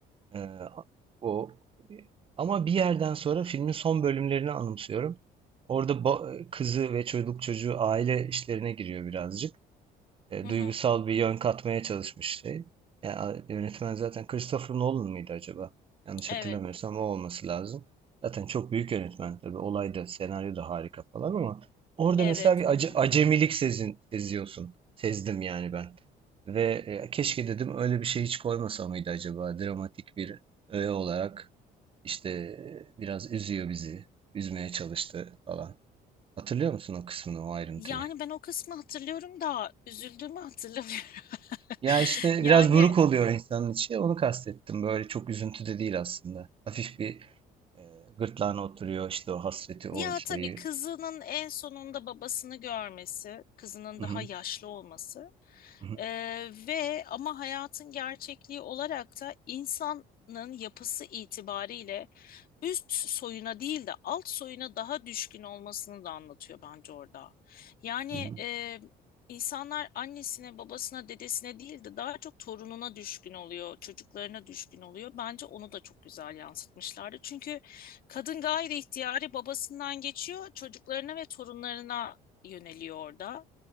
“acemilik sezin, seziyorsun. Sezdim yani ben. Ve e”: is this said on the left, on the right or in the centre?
Right